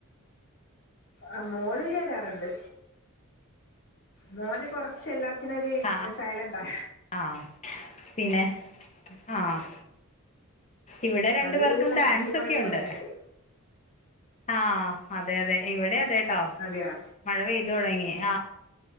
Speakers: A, on the left; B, on the left.
A: ആ മോള് ചേരാറുണ്ട് മോന് കൊറച്ച് എല്ലാത്തിനൊരു
B: ആഹ്
A: സൈലന്റാ
B: ആഹ് പിന്നെ ആഹ് ഇവിടെ രണ്ടു
A: നല്ല
B: പേർക്കും ഡാൻസൊക്കെയുണ്ട്
A: കാറ്റും മഴയും വന്നിട്ടുണ്ട്
B: ആഹ് അതെ അതെ ഇവിടെ അതെട്ടോ
A: അതെയാ
B: മഴ പെയ്ത് തൊടങ്ങി ആഹ്